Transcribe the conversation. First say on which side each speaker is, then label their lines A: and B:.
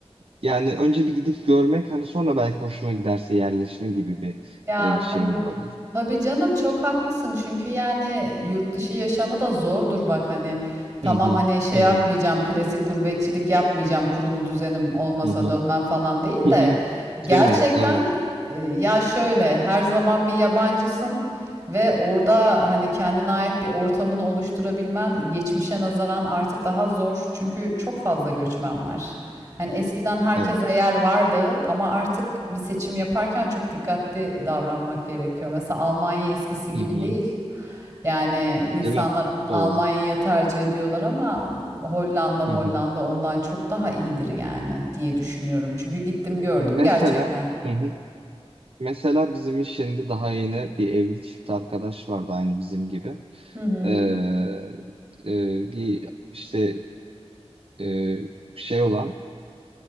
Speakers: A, on the right; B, on the right.
A: Yani önce bir gidip görmek hani sonra belki hoşuma giderse yerleşme gibi bir
B: Ya
A: e, şeyim
B: tabii.
A: olabilir.
B: Tabii canım çok haklısın. Çünkü yani yurt dışı yaşamı da zordur bak hani. Tamam
A: Hı hı.
B: hani şey
A: Hı
B: yapmayacağım,
A: hı.
B: klasik gurbetçilik yapmayacağım, kurulu düzenim olmasa
A: Hı hı.
B: dönmem falan değil
A: <laughs>
B: de gerçekten
A: Değil mi? Evet.
B: e, ya şöyle her zaman bir yabancısın. Ve orada hani kendine ait bir ortamını oluşturabilmen geçmişe nazaran artık daha zor. Çünkü çok fazla göçmen var. Hani eskiden herkese
A: Evet.
B: yer vardı ama artık bir seçim yaparken çok dikkatli davranmak gerekiyor. Mesela Almanya eskisi gibi
A: Hı hı.
B: değil. Yani insanlar
A: Değil mi?
B: Almanya'ya
A: Doğru.
B: tercih ediyorlar ama Hollanda, Molland'a
A: Hı hı.
B: ondan çok daha iyidir yani diye düşünüyorum. Çünkü gittim gördüm
A: Mesela
B: gerçekten.
A: hı hı. Mesela bizim iş yerinde daha yeni bir evli çift arkadaş vardı aynı bizim gibi.
B: Hı hı.
A: Ee, e, bir işte e, şey olan